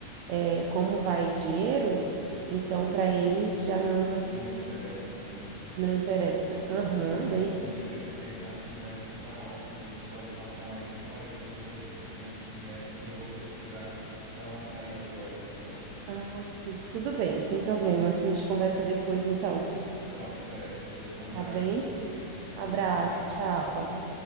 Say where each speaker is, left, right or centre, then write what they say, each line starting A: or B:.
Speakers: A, on the right; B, on the right.
A: é, como vai dinheiro, então para eles já não
B: não interessa, né?
A: não interessa. Aham,
B: Pois é, pois,
A: bem.
B: amiga, é, a conversa tá ótima. A gente pode passar mais uma hora aqui, mas eu recebi um SMS que eu vou precisar dar uma saída agora, tá bom?
A: Ah, sim. Tudo bem, sem problemas. A gente conversa depois, então.
B: Tá certo. Pois um abraço,
A: Tá bem?
B: amiga.
A: Abraço,
B: Tchau, tchau.
A: tchau.